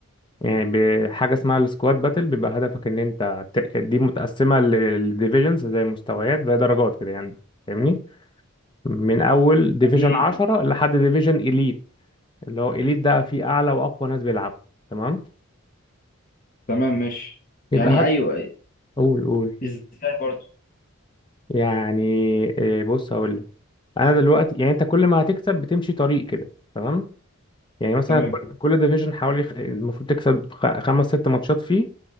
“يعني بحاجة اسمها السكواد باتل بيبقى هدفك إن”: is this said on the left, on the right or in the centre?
Left